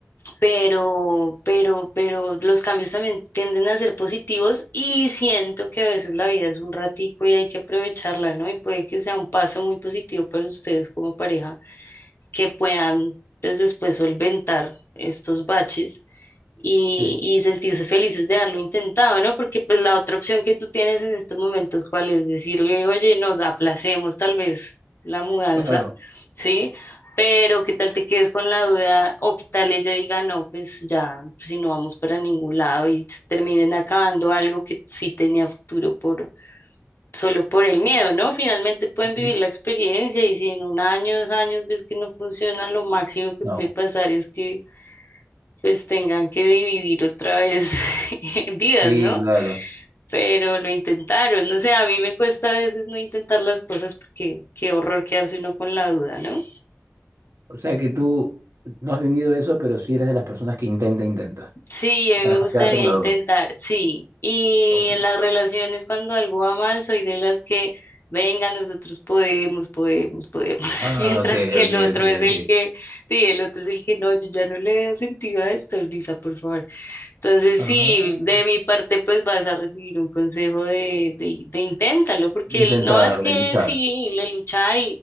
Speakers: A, on the left (about 50°); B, on the right (about 80°).
A: pero, pero, pero los cambios también tienden a ser positivos y siento que a veces la vida es un ratico y hay que aprovecharla, ¿no? Y puede que sea un paso muy positivo para ustedes como pareja que puedan pues, después solventar estos baches y,
B: Sí,
A: y sentirse felices de haberlo intentado, ¿no? Porque pues la otra opción que tú tienes en estos momentos, ¿cuál es? Decirle, oye, nos aplacemos tal vez la mudanza,
B: claro.
A: ¿sí? Pero qué tal te quedes con la duda o qué tal ella diga, no, pues ya, si no vamos para ningún lado y terminen acabando algo que sí tenía futuro por, solo por el miedo, ¿no? Finalmente pueden
B: ujú.
A: vivir la experiencia y si en un año, dos años ves que no funciona, lo máximo que
B: No.
A: puede pasar es que pues tengan que dividir otra vez <laughs> vidas,
B: Sí,
A: ¿no?
B: claro.
A: Pero lo intentaron, no sé, a mí me cuesta a veces no intentar las cosas porque qué horror quedarse uno con la duda, ¿no?
B: O sea que tú no has vivido eso, pero sí eres de las personas que intenta, intenta.
A: Sí, a mí
B: Para
A: me
B: no
A: gustaría
B: quedarte con la
A: intentar,
B: duda.
A: sí. Y
B: Ok.
A: en las relaciones, cuando algo va mal, soy de las que, venga, nosotros podemos, podemos, podemos, <laughs>
B: Ah,
A: mientras
B: ok,
A: que el
B: ok,
A: otro
B: ok,
A: es el
B: ok.
A: que, sí, el otro es el que no, yo ya no le veo sentido a esto, Lisa, por favor. Entonces,
B: Ah,
A: sí, de mi parte, pues vas a recibir un consejo de, de, de inténtalo, porque
B: de intentar,
A: el- no es que
B: de luchar.
A: sí, le luchar